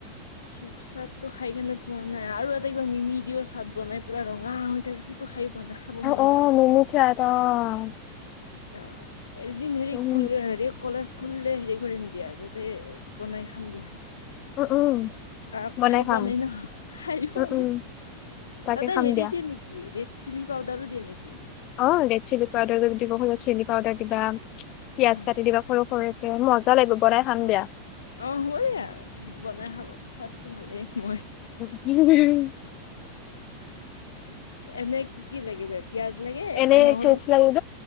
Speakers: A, on the left; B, on the left.
A: চিপ চাট টো খাই কেনে পোৱা নাই আৰু এটা কিবা মিমি দিও চাট বনাই পুৰা ৰঙা হৈ থাকে সেইটো খাই। <unintelligible> খাব
B: অ',
A: মন
B: অ',
A: যায়।
B: মিমি চাট অ'।
A: অ এদিন হেৰি
B: উম,
A: হেৰি কলেজ। খুলে হেৰি কৰিম দিয়া তাতে বনাই খাম দিয়া।
B: উম, উম,
A: অহ
B: বনাই
A: খাই
B: খাম।
A: পোৱা নাই নহ খাই পোৱা
B: উম, উম,
A: নাই।
B: তাকে
A: তাতে
B: খাম
A: হেৰি
B: দিয়া।
A: দিয়ে নেকি ৰেড চিলি পাউদাৰো দিয়ে নেকি।
B: অ' ৰেড চিলি পাউদাৰ দিব সময় চিলি পাউদাৰ দিবা। পিয়য়াজ
A: অ
B: কাটি দিবা সৰু সৰু এ মজা লাগিব বনাই খাম দিয়া।
A: অ' হুইয়া বনাই খাব খোৱাদ তো ভালেই মই।
B: কি <inaudible>
A: এনে কি কি লাগিব। পিয়াজ লাগে
B: এনে
A: নহৰু
B: চিপছ লাগিব।